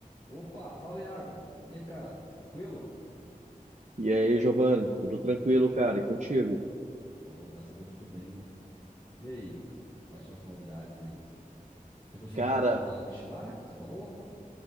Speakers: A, on the left; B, on the right.
A: Opa, fala Iago. E aí, cara? Tranquilo?
B: E aí, Giovanni, tudo tranquilo, cara? E contigo?
A: Oh, graças a Deus, tudo bem. E aí? Quais são as novidades aí? Você conseguiu
B: Cara,
A: pegar o tablet lá? que Você falou?